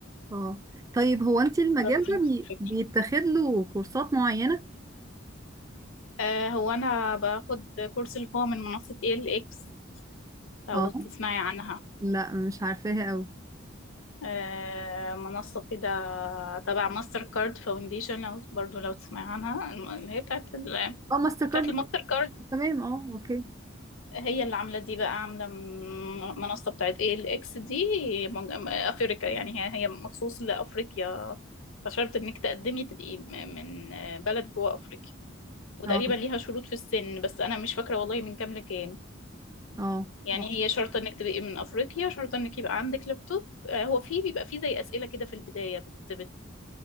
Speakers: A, on the right (about 15°); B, on the left (about 75°).
A: اه طيب هو انت المجال
B: بالظبط
A: ده
B: نفس
A: بي...
B: الفكرة
A: بيتاخد له كورسات معينة
B: آه هو أنا باخد كورس اللي هو من منصة ALX لو
A: اه
B: تسمعي عنها
A: لا مش عارفاها قوي
B: آه منصة كده تبع ماستر كارد فاونديشن أو برضو لو تسمعي عنها الم- اللي هي بتاعت ال-
A: اه ماستر
B: بتاعت
A: كارد
B: الماستر كارد
A: تمام اه اوكي
B: هي اللي عاملة دي بقى عاملة م- منصة بتاعت ايه الاكس دي من- افريقيا يعني هي هي مخصوص لافريقيا فشرط انك تقدمي تبقي م- من بلد جوه افريقيا وتقريبا
A: اه
B: ليها شروط في السن بس انا مش فاكرة والله من كام لكام
A: اه
B: يعني
A: اه
B: هي شرط انك تبقي من افريقيا شرط انك يبقى عندك لابتوب آه، هو في بيبقى في زي اسئله كده في البدايه بت بت